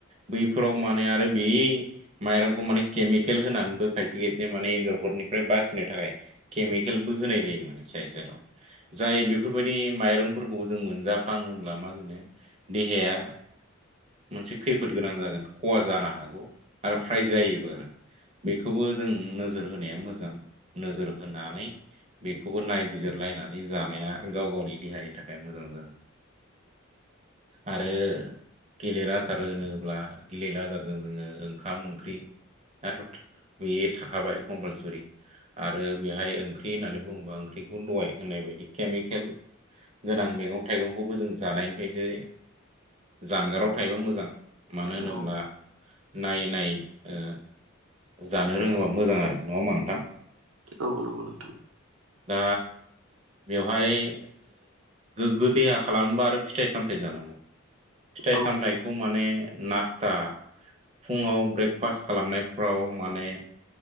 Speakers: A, on the right (about 30°); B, on the right (about 80°).
A: बैफोराव माने आरो बे माइरंखौ मान केमिकेल होनानैबो खायसे खायसे माने एन्जरफोरनिफ्राय बासि नि थाखाय केमि केलबो होनाय जायो माने सेराव सेराव जाय बेफोरबायदि माइरंफोरखौबो जों मोनजाफ्लाङोब्ला। मा होनो देहाया। मोनसे खैफोद गोनां जागोन खहा जानो हागौ आरो फ्राय जायोबो आरो। बेखौबो जों नोजोर होनाया मोजां नोजोर होनानै। बेखौबो नायबिजिरलायनानै जानाया गाव गावनि देहानि थाखाय मोजां जागोन आरो गोलि रा फोथार होनोब्ला गिलेला आदारजों जोङो ओंखाम ओंख्रि। दाथ' बे थाखाबाय कम्पालसरि आरो बेहाय ओं ख्रि होननानै बुङोबा ओंख्रिखौ दाइ होननाय बायदि केमिकेल गोनां मैगं थाइगंखौबो जों जानायनिफ्रायसो जानगाराव थायोबा मोजां। मानो
B: औ
A: होनोब्ला। नायै नायै जानो रोङोबा मोजां आरो नङा होमबा नोंथां।
B: औ नंगौ नोंथां।
A: दा बेवहाय गोग्गो देहा खालामोबा आरो फिथाइ सामथाइ जानांगौ फिथाइ
B: औ
A: सामथायखौ माने। नास्टा फुङाव ब्रेकफास्ट खालामनायफ्राव माने।